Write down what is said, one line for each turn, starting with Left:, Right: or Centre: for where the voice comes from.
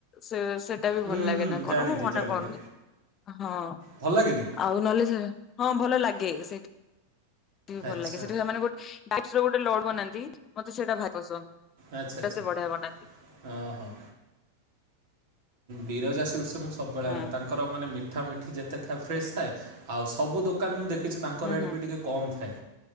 Left: ସେ ସେ ଏଟା ବି
Right: ହୁଁ
Left: ଭଲ ଲାଗେ
Right: ହୁଁ
Left: ନା କଣ?
Right: ଜାଣିଲି
Left: ମୋ ମନେ
Right: ଜାଣିଲି
Left: ପଡୁନି। ହଁ
Right: ଭଲ ଲାଗେନି?
Left: ଆଉ ନ ହଲେ ହଁ ଭଲ ଲାଗେ। ସେଇଠି ବି
Right: ଆଚ୍ଛା
Left: ଭଲ ଲାଗେ। ସେଇଟା ସେମାନେ ବହୁତ୍ ସେ ଗୋଟେ ଲୋଡ୍ ବନାନ୍ତି ମତେ ସେଇଟା ଭାରି ପସନ୍ଦ।
Right: ଆଚ୍ଛା
Left: ସେଟା
Right: ଆଚ୍ଛା।
Left: ସେ ବଢିଆ ବନାନ୍ତି
Right: ହଁ ହଁ। ବିରଜା ସୁଇଟ୍ସ୍ ରୁ ମୁଁ ସବୁବେଳେ
Left: ହୁଁ
Right: ଆଣେ। ତାଙ୍କର ମାନେ ମି ମିଠା ମିଠି ଯେତେ ଥାଏ ଫ୍ରେଶ୍ ଥାଏ। ଆଉ ସବୁ ଦୋକାନ ମୁଁ ଦେଖିଛି ତାଙ୍କ
Left: ହୁଁ
Right: ରେଟ୍
Left: ହୁଁ।
Right: ବି ଟିକେ କମ୍ ଥାଏ।